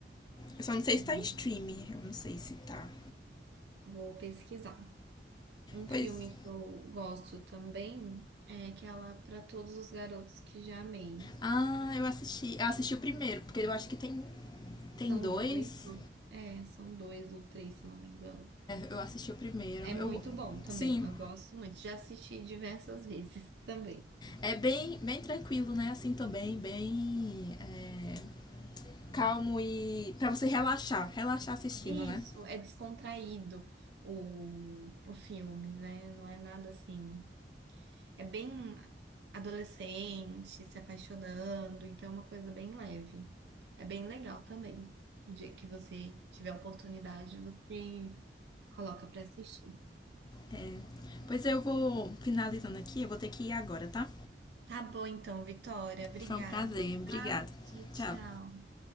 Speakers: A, on the left; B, on the right.
A: Eu só não sei
B: Uhum.
A: se tá em streaming. Eu não sei se tá.
B: Vou pesquisar. Um filme
A: Pois.
B: que eu gosto também é aquela Para Todos os Garotos que Já Amei.
A: Ah, eu assisti. Eu assisti o primeiro, porque eu acho que tem, tem
B: São
A: dois.
B: dois, ou- é, são dois ou três, se eu não me engano.
A: Eu assisti o primeiro.
B: É muito
A: Eu,
B: bom também,
A: sim,
B: eu gosto muito. Já assisti diversas vezes <laughs> também.
A: é bem, bem tranquilo, né? Assim também, bem é, calmo e para você relaxar, relaxar assistindo,
B: Isso,
A: né?
B: é descontraído o, o filme, né? Não é nada assim. É bem adolescente, se apaixonando, então é uma coisa bem leve. É bem legal também. O dia que você tiver a oportunidade, você coloca pra assistir.
A: É. Pois eu vou finalizando aqui, eu vou ter que ir agora, tá?
B: Tá bom então, Vitória. Obrigada,
A: Foi um prazer, obrigada.
B: tá? Tchau, tchau.
A: Tchau.